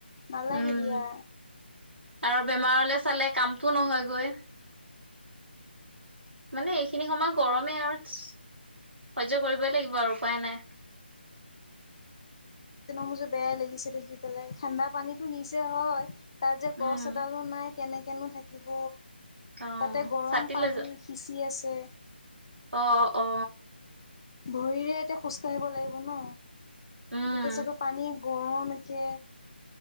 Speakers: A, on the left (about 25°); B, on the right (about 80°).
A: নালাগে
B: উম,
A: দিয়া।
B: আৰু বেমাৰলে চালে কামটো নহয়গৈ মানে এইখিনি সময় গৰমে আৰু সহ্য কৰিবই লাগিব আৰু উপায় নাই
A: <unintelligible> মোৰ বেয়াই লাগিছে দেখি পেলাই ঠাণ্ডা পানীতো নিচে হয় তাত যে
B: উম
A: গছ এডালো নাই কেনেকৈনো থাকিব
B: অ
A: তাতে গৰম
B: ছাতি
A: পানী
B: লৈ যা
A: সিচি আছে।
B: অ অ
A: ভৰিৰে এতিয়া খোজ কাঢ়িব লাগিব ন
B: উম
A: গোটেই চাগে পানী গৰম একে